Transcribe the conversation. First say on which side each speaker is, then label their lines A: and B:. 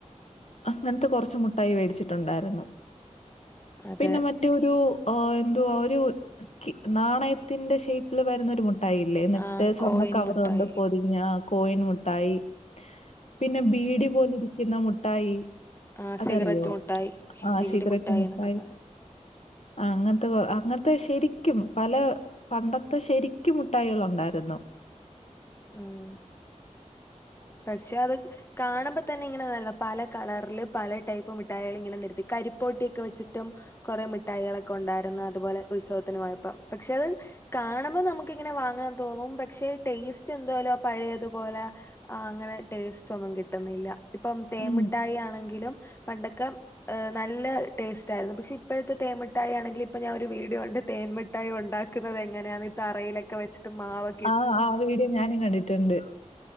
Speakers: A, on the left; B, on the left.
A: അങ്ങനത്തെ കൊറച്ച് മുട്ടായി മേടിച്ചിട്ടുണ്ടായിരുന്നു
B: അതെ
A: പിന്നെ മറ്റേ ഒരു എന്തുവാ <unintelligible> നാണയത്തിന്റെ ഷേപ്പിൽ വരുന്ന ഒരു മുട്ടാ ട്ടായില്ലേ ന്നിട്ട്
B: ആഹ്
A: സ്വർണ
B: കോയിൻ
A: കവറ്
B: മുട്ടായി
A: കൊണ്ട് പൊ പിന്നാ കോയിൻ മുട്ടായി പിന്നെ ബീഡി പോലെ ഇരിക്കുന്ന മുട്ടായി
B: ആഹ്
A: അതറിയോ
B: സിഗരറ്റ് മുട്ടായി
A: ആ
B: ബീഡി
A: സിഗരറ്റ് മുട്ടായി
B: എന്നൊക്കെ പറയും
A: ആഹ് അങ്ങനത്തെ കൊ ആഹ് അങ്ങനത്തെ ശരിക്കും പല പണ്ടത്തെ ശരിക്കും മുട്ടായികളുണ്ടായിരുന്നു
B: ഉം പക്ഷെ അത് കാണുമ്പോ തന്നെ ഇങ്ങനെ നല്ല പല കളറില് പല ടൈപ്പ് മിഠായികൾ ഇങ്ങനെ നെരത്തി കരിപ്പോട്ടിയൊക്കെ വെച്ചിട്ടും കൊറേ മിഠായികളൊക്കെ ഉണ്ടായിരുന്നു അതുപോലെ ഉത്സവത്തിനു പോയപ്പം പക്ഷെ അത് കാണുമ്പം നമ്മക്കിങ്ങനെ വാങ്ങാൻ തോന്നും പക്ഷെ ടേസ്റ്റ് എന്തായാലും ആ പഴയതുപോലെ ആഹ് അങ്ങനെ ടേസ്റ്റ് ഒന്നും കിട്ടുന്നില്ല ഇപ്പം തേൻമിട്ടായി
A: ഉം.
B: ആണെങ്കിലും പണ്ടൊക്കെ ഹ് നല്ല ടേസ്റ്റായിരുന്നു പക്ഷെ ഇപ്പഴത്തെ തേൻ മുട്ടായി ആണെങ്കിൽ ഇപ്പൊ ഞാൻ ഒരു വീഡിയോ കണ്ട് തേൻ മു ട്ടായി ഉണ്ടാക്കുന്നത് എങ്ങനെയാന്ന് ഈ തറയിലൊക്കെ വെച്ചിട്ട് മാവൊ
A: ആഹ് ആഹ് ആ വീഡിയോ ഞാനും കണ്ടിട്ടുണ്ട്